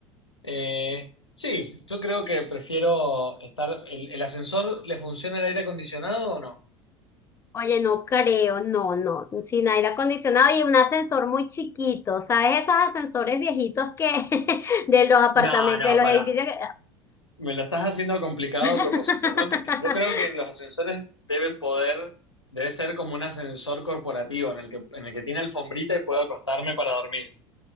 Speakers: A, on the left (about 85°); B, on the left (about 20°).
A: Eh, sí, yo creo que prefiero estar. ¿El, el ascensor le funciona el aire acondicionado o no?
B: oye, no creo, no, no, sin aire acondicionado y un ascensor muy chiquito, ¿sabes? Esos ascensores viejitos que <laughs> de los apartamentos,
A: No, no,
B: de los
A: para.
B: edificios que...
A: Me lo estás haciendo complicado
B: <laughs>
A: a propósito. Yo, cre- yo creo que en los ascensores debe poder, debe ser como un ascensor corporativo en el que, en el que tiene alfombrita y puedo acostarme para dormir.